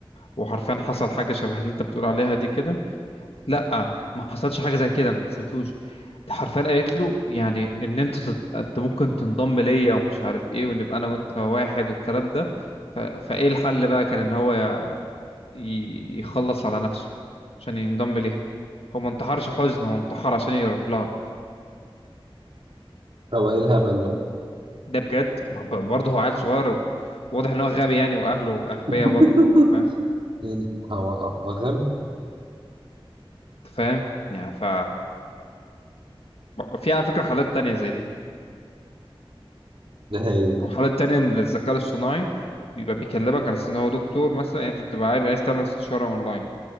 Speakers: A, on the left; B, on the right.
A: وحرفيا حصل حاجة شبه اللي انت بتقول عليها دي كده لا ما حصلش حاجة زي كده ما سبتهوش حرفيا قالت له يعني ان انت تد... انت ممكن تنضم ليا ومش عارف ايه ونبقى انا وانت واحد والكلام ده ف... فايه الحل بقى كان ان هو ي... ي- يخلص على نفسه عشان ينضم ليها هو ما انتحرش حزن هو انتحر عشان يروح لها
B: هو ايه الهبل ده
A: ده بجد ما هو برضه هو عيل صغير واضح ان هو غبي يعني واهله اغبياء
B: <laughs>
A: برضه انت فاهم
B: يعني هو هو غبي
A: انت فاهم يعني ف في على فكره حالات تانية زي دي
B: ده هايل
A: وحالات تانية ان الذكاء الاصطناعي بيبقى بيكلمك على أساس ان هو دكتور مثلا يعني انت بتبقى عايز عايز تعمل استشاره اونلاين